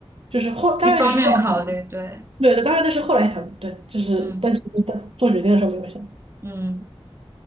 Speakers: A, on the right; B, on the right.
A: 就是后，当然也是后来，
B: 一方面考虑，对，
A: 对，当然这是后来想的对，就是，
B: 嗯
A: 但其实在做决定的时候没有想，
B: 嗯。